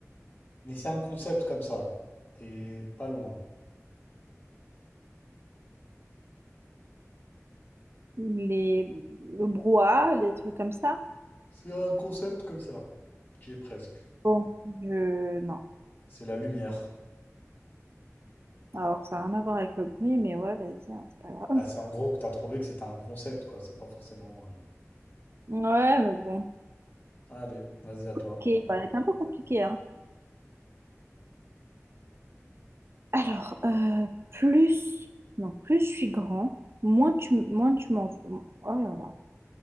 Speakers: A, on the left; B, on the right.
A: Mais c'est un concept comme ça. T'es pas loin.
B: les... le brouhaha, les trucs comme ça.
A: C'est un concept comme ça. Tu y es presque.
B: Bon, je... Non.
A: C'est la lumière.
B: Alors, ça n'a rien à voir avec le bruit, mais ouais, vas-y, hein, c'est pas grave.
A: Bah, c'est en gros que t'as trouvé que c'était un concept, quoi. C'est pas forcément. euh,
B: Ouais, mais bon.
A: Allez, vas-y à toi.
B: Ok, bah, c'est un peu compliqué, hein. Alors, euh, plus, non, plus je suis grand, moins tu, moins tu m'envoies. Oh là là.